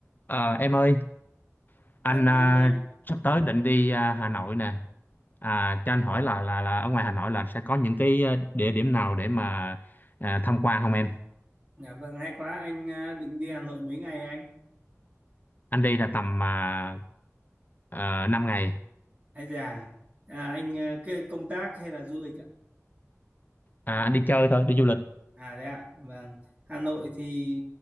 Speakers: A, on the left; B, on the right.
A: Ờ, em ơi,
B: Dạ
A: anh
B: em
A: à,
B: đây.
A: sắp tới định đi à, Hà Nội nè. À, cho anh hỏi là là là ở ngoài Hà Nội là sẽ có những cái à, địa điểm nào để mà à, tham quan không em?
B: Dạ vâng hay quá anh à, định đi Hà Nội mấy ngày anh?
A: Anh đi là tầm à, à, 5 ngày.
B: Hay già. À, À, anh à, cái công tác hay là du lịch ạ?
A: À, anh đi chơi thôi, đi du lịch.
B: À đấy ạ. Vâng. Hà Nội thì